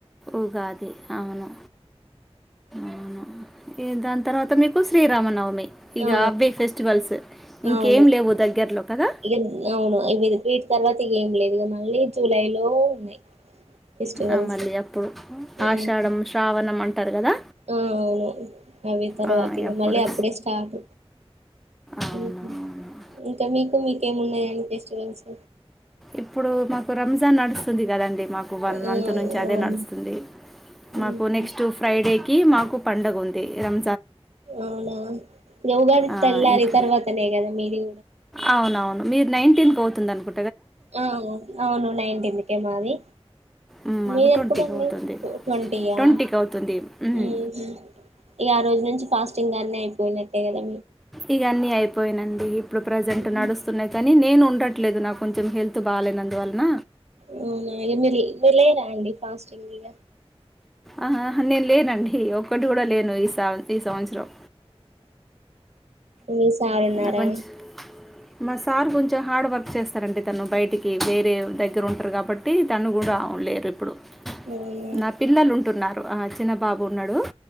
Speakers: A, in the centre; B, on the right.
A: Ugadi అవును అవును ఈ దాని తర్వా <unintelligible> మీకు శ్రీరమ నవమి ఇగ
B: ఆ
A: అవే ఫెస్టివల్స్ ఇంకేం
B: అవును
A: లేవు దగ్గరలో కదా
B: ఇక అవును ఇ వీటి తర్వాత ఇక ఏం లేవ్ ఇగ మళీ జూలై లో ఉన్నాయి ఫెస్టివల్స్
A: ఆ మళ్ళీ అప్పుడు
B: ఉమ్.
A: ఆషాఢం శ్రావణం అంటారు కదా
B: ఆ అవును అవి తర్వాత
A: ఆ,
B: ఇక
A: ఎప్పుడు
B: మళ్ళీ అప్పుడే స్టార్ట్
A: అవును
B: ఉమ్మ్మ్
A: అవును
B: ఇంకా మీకు మీకేమున్నాయ అని ఫెస్టివల్స్
A: ఇప్పుడు మాకు రంజాన్ నడుస్తుంది కదండి మాకు
B: ఆ
A: వన్ మంత్ నుంచి అదే
B: అవును.
A: నడుస్తుంది మాకు
B: ఉహు.
A: నెక్స్ట్ ఫ్రైడే కి మాకు పండగ ఉంది రం
B: అవునా న ఉగాది
A: ఆ,
B: తెల్లారి
A: ఇంకా
B: తర్వాతనే కదా మీరు
A: అవునవును మీరు నైన్టింత్ అవుతుంది అనుకుంటు
B: ఆ అవును నైన్టీకే మాది
A: ఉమ్, మాకు
B: మీది
A: ట్వంటీకి
B: ఎప్పుడుండి
A: అవుతుంది
B: ట్వంటీయా
A: ట్వంటీకి అవుతుంది ఉమ్.
B: ఉహు ఇక ఆ రోజు నుంచి ఫాస్టింగ్ అన్ని అయిపోయినట్టేయి కదా
A: ఇగా అన్నీ అయిపోయానండి ఇప్పుడు ప్రజెంట్
B: హ్మ్.
A: నడుస్తున్నాయి కానీ నేను ఉండట్లేదు నాకు కొంచెం హెల్త్ బాలేనందువలన
B: అవునా మీరు లేరా అండి ఫాస్టింగ్ ఇగ
A: ఆహా హా నేను లేనండి ఒక్కటి కూడా లేను ఈ ఈ సంవత్సరం
B: ఈ సార్ ఉన్నారా
A: నాకు కొంచెం మా సార్ కొంచెం హార్డ్ వర్క్ చేస్తారండి తను బయటికి వేరే దగ్గర ఉంటారు కాబ ట్టి తను కూడా లేరు ఇప్పుడు
B: అవునా
A: నా పిల్లలు ఉంటున్నారు ఆ చిన్న బాబు ఉన్నాడు